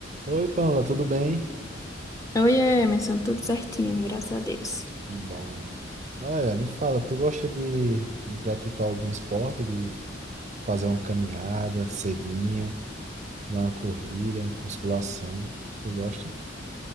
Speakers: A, on the right; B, on the left.
A: Oi, Pamela, tudo bem?
B: Oi, Emerson, tudo certinho, graças a Deus.
A: Que bom. Olha, me fala, tu gosta de, de praticar algum esporte, de fazer uma caminhada cedinho, dar uma corrida, musculação? Tu gosta?